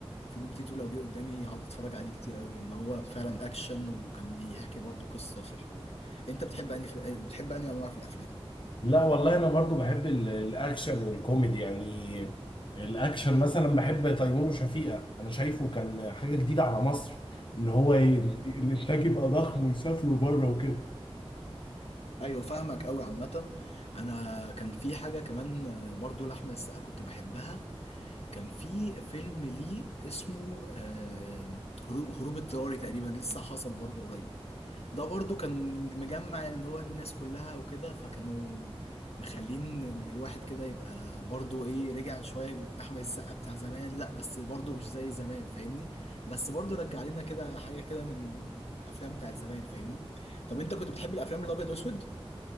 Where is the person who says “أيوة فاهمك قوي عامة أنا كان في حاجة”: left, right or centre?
Left